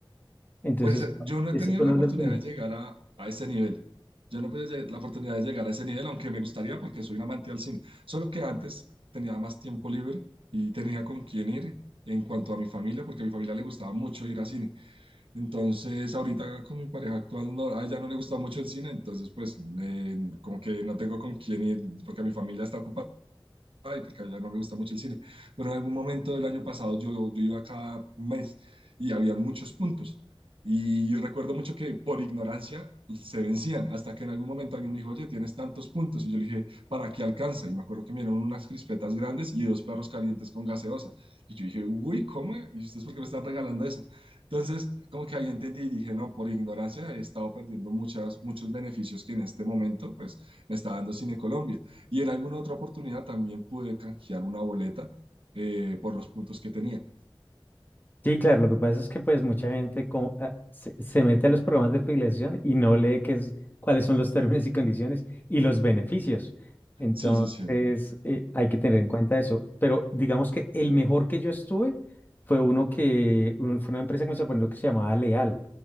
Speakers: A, on the left; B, on the right.
A: Entonces,
B: Pues eh, yo no
A: ese
B: he tenido
A: fue
B: la
A: uno
B: oportunidad
A: de los beneficios.
B: de llegar a, a ese nivel. Yo no he tenido la oportunidad de llegar a ese nivel, aunque me gustaría porque soy un amante del cine. Solo que antes tenía más tiempo libre y tenía con quién ir en cuanto a mi familia, porque a mi familia le gustaba mucho ir al cine. Entonces, ahorita con mi pareja actual, no, a ella no le gusta mucho el cine, entonces pues eh, como que no tengo con quién ir porque mi familia está ocupada y porque ya no me gusta mucho el cine, pero en algún momento del año pasado yo, yo iba cada mes y había muchos puntos. Y recuerdo mucho que por ignorancia se vencían, hasta que en algún momento alguien me dijo, oye, tienes tantos puntos. Y yo le dije, ¿para qué alcanza? Y me acuerdo que me dieron unas crispetas grandes y dos perros calientes con gaseosa. Y yo dije, uy, ¿cómo? ¿Y ustedes por qué me están regalando eso? Entonces, como que ahí entendí y dije, no, por ignorancia he estado perdiendo muchas, muchos beneficios que en este momento, pues, me está dando Cine Colombia. Y en alguna otra oportunidad también pude canjear una boleta eh, por los puntos que tenía.
A: Sí, claro, lo que pasa es que pues mucha gente como, ah, se, se mete a los programas de afiliación y no lee qué es, cuáles son los términos y condiciones y los beneficios. Entonces,
B: Sí, sí, sí.
A: eh, hay que tener en cuenta eso. Pero digamos que el mejor que yo estuve fue uno que, un- fue una empresa que me sorprendió que se llamaba Leal,